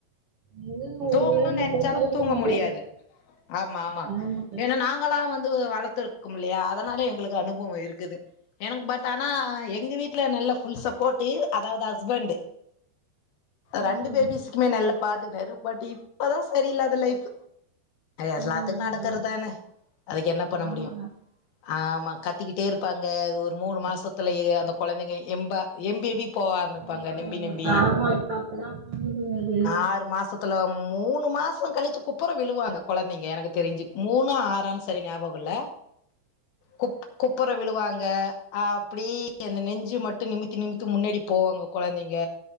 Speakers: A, on the right; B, on the left.
A: ம் விடவே
B: தூங்கணுன் நென் ச்சாலு
A: விட
B: தூங்க
A: மாட்டேங்குது
B: முடியாது ஆமா, ஆமா
A: ஆமாங்க
B: ஏனா நாங்களாம் வந்து வளத்து க்கும் இல்லையா அதனால எங்களுக்கு அனுபவம் இருக்குது எனக்கு பட் ஆனா எங்க வீட்டுல நல்ல ஃபுல் சப்போர்ட்டு அதாவது ஹஸ்பண்ட்டு ரெண்டு
A: ம்
B: பேபிஸ்க்குமே நல்ல பாத்துக்துனாரு பட் இப்பதா சரியில்லாத லைஃப் எல்லாத்துக்கு
A: ம்
B: நடக்கறதான அதுக்கு என்ன பண்ண
A: ஆமாங்க
B: முடியு ஆமா கத்திக்கிட்டே இருப்பாங்க அது ஒரு மூணு மாசத்துலயே அந்த கொழந்தைங்க எம்ப எம்பி எம்பி போவ ஆரம்பிப்பாங்க
A: ஆ
B: நெம்பி நெம்பி
A: ஆமா இப்ப அப்டிதா பண்ணுதுங்க அது
B: ஆறு மாசத் துல மூணு மாசம் கழிச்சி குப்பற விழுவாங்க கொழந்தைங்க எனக்கு தெரிஞ்சு மூணா ஆறானு சரியா நியாப கோல்ல குப் குப்பர விழுவாங்க அப்டி அந்த நெஞ்சு மட்டு நிமித்தி நிமித்து முன்னடி போவாங்க கொழந்தைங்க